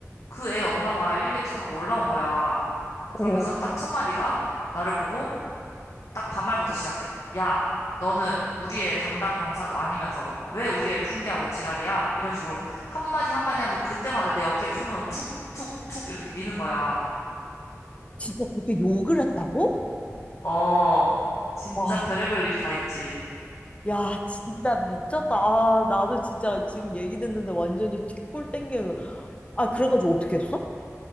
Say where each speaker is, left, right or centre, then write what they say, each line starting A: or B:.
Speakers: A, on the left (about 65°); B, on the left (about 25°).
A: 그 애 엄마가 엘리베이터 타고 올라온 거야.
B: 어
A: 그러면서 딱 첫 마디가 나를 보고 딱 반말부터 시작해. 야, 너는 우리의 담당 강사도 아니면서 왜 우리 애를 훈계하고 지랄이야? 이런 식으로 한마디 한마디 하면서 그때마다 내 어깨를 손으로 툭, 툭, 툭 이렇게 미는 거야.
B: 진짜 그렇게 욕을 했다고?
A: 어, 진짜
B: 와,
A: 별의별 일이 다 있지.
B: 야, 진짜 미쳤다. 아, 나도 진짜 지금 얘기 듣는데 완전히 뒷골 땡기는 거야. 아, 그래가지고 어떻게 했어?